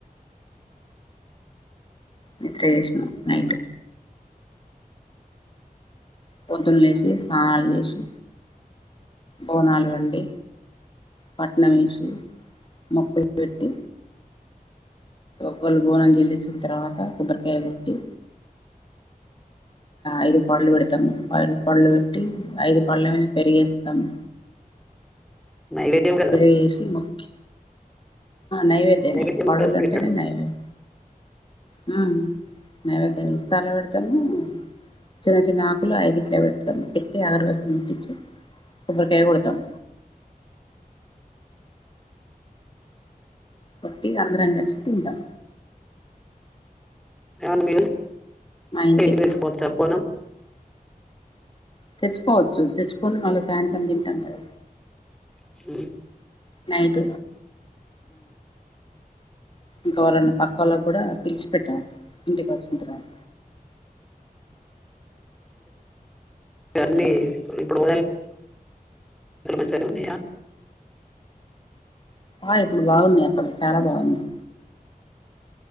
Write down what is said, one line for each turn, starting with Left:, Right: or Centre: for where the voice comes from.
Left: నిద్ర చేసినం నైట్ పొద్దున్న లేసి స్నానాలు చేసి బోనాలు వండి కట్నం వేసి మొక్కలు పెట్టి ఒకవేళ బోనం చెల్లించిన తర్వాత కొబ్బరికాయ కొట్టి ఐదు పళ్ళు పెడతాము ఆ పళ్ళు పెట్టి ఐదు పళ్డ్ళమనా పెరిగేస్తాము.
Centre: నైవేద్యం కదా
Left: పెసి
Centre: అది
Left: మొక్కి నైవేద్యమే
Centre: నైవేద్యం
Left: పాడవులుంటేనే
Centre: కదా పెట్టడం
Left: నైవేద్యం. హు నైవేద్యము ఇస్తార్లో పెడతాము చిన్న చిన్న ఆకులు ఐది ఇట్లా పెడతాము పెట్టి అగరవస్త పటించి కొబ్బరికాయ కొడతాము. కొట్టి అందరం కలిసి తింటం.
Centre: అవున మీరు
Left: ఇంటి
Centre: ఇంటికి తెచ్చుకోవచ్చా బోనం
Left: తెచ్చుకోవచ్చు తెచ్చుకోని మళ్ళీ సాయంత్రం తింటాం కద
Centre: హు
Left: నైట్ ఇంకా ఎవరికైనా పక్క వాళ్ళ కూడా పిలిచి పెట్టవచ్చు ఇంటికి వచ్చిన తర్వాత
Centre: అన్నీ
Left: అట్లా
Centre: ఇప్పుడు <unintelligible> - <unintelligible>
Left: ఆ ఇప్పుడు బాగున్నాయి. అక్కడ చాలా బాగున్నాయి.